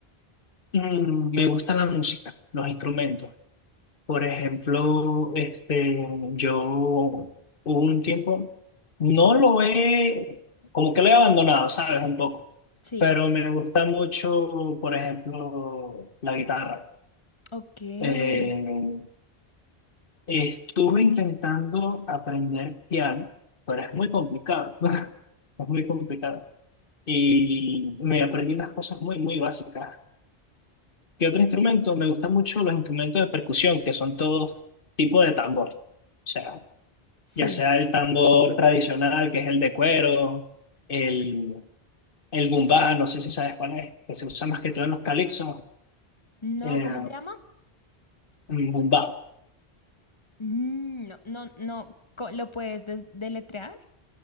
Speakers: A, on the left; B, on the left.
A: Mm, me gusta la música, los instrumentos. Por ejemplo, este, yo hubo un tiempo, no lo he, como que lo he abandonado, ¿sabes? Un poco,
B: Sí,
A: pero me gusta mucho, por ejemplo, la guitarra.
B: ok,
A: Eh, estuve intentando aprender piano, pero es muy complicado, <laughs> es muy complicado. Y me aprendí unas cosas muy, muy básicas. ¿Qué otro instrumento? Me gustan mucho los instrumentos de percusión, que son todos tipos de tambor. O sea,
B: sí.
A: ya sea el tambor tradicional, que es el de cuero, el, el bumbá, no sé si sabes cuál es, que se usa más que todo en los calipsos,
B: No,
A: eh,
B: ¿cómo se llama?
A: un bumbá.
B: Mm, no, no, no, co- ¿lo puedes des- deletrear?